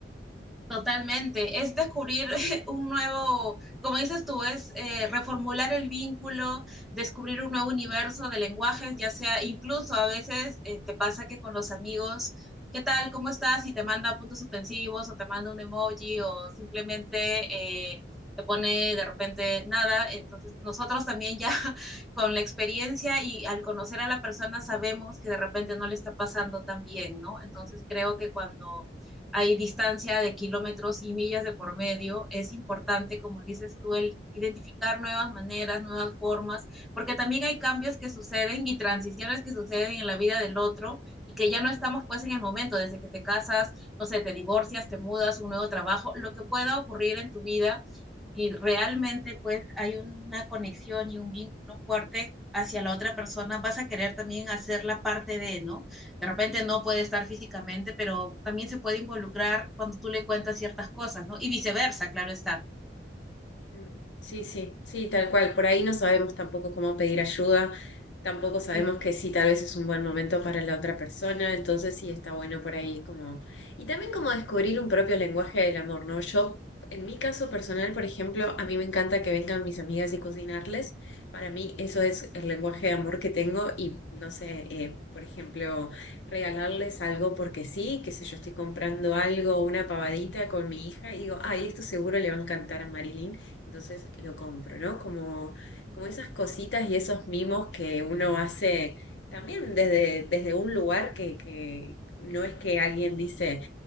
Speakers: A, in the centre; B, on the left (about 85°).
A: Totalmente, es descubrir <laughs> un nuevo, como dices tú, es eh, reformular el vínculo, descubrir un nuevo universo de lenguajes, ya sea incluso a veces eh, te pasa que con los amigos, ¿qué tal? ¿Cómo estás? Y te manda puntos suspensivos o te manda un emoji o simplemente eh, te pone de repente nada. Entonces nosotros también ya <laughs> con la experiencia y al conocer a la persona sabemos que de repente no le está pasando tan bien, ¿no? Entonces creo que cuando hay distancia de kilómetros y millas de por medio, es importante, como dices tú, el identificar nuevas maneras, nuevas formas, porque también hay cambios que suceden y transiciones que suceden en la vida del otro y que ya no estamos pues en el momento, desde que te casas, no sé, te divorcias, te mudas, un nuevo trabajo, lo que pueda ocurrir en tu vida. Y realmente pues hay una conexión y un vínculo fuerte hacia la otra persona, vas a querer también hacer la parte de, ¿no? de repente no puede estar físicamente, pero también se puede involucrar cuando tú le cuentas ciertas cosas, ¿no? Y viceversa, claro está.
B: Mm, Sí, sí, sí, tal cual. Por ahí no sabemos tampoco cómo pedir ayuda, tampoco sabemos
A: Mm.
B: que sí, tal vez es un buen momento para la otra persona, entonces sí está bueno por ahí como... Y también como descubrir un propio lenguaje del amor, ¿no? Yo, en mi caso personal, por ejemplo, a mí me encanta que vengan mis amigas y cocinarles. Para mí eso es el lenguaje de amor que tengo y, no sé, eh, por ejemplo, regalarles algo porque sí, qué sé yo, estoy comprando algo, una pavadita con mi hija y digo, ay, esto seguro le va a encantar a Marilyn entonces lo compro, ¿no? Como, como esas cositas y esos mimos que uno hace también desde, desde un lugar que, que no es que alguien dice